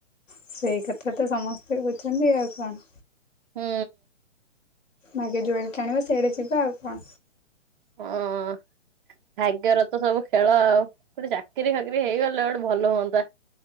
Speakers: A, on the left; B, on the right.
A: ସେଇ କଥା ତ ସମସ୍ତେ କହୁଛନ୍ତି। ଆଉ କଣ?
B: ହୁଁ।
A: ଭାଗ୍ୟ ଯୁଆଡ଼େ ଟାଣିବ, ସେଇଟେ ଯିବା। ଆଉ କଣ?
B: ହଁ। ଭାଗ୍ୟର ତ ସବୁ ଖେଳ ଆଉ ଗୋଟେ ଚାକିରି ଫାକିରି ହେଇଗଲେ ଗୋଟେ ଭଲ ହୁଅନ୍ତା।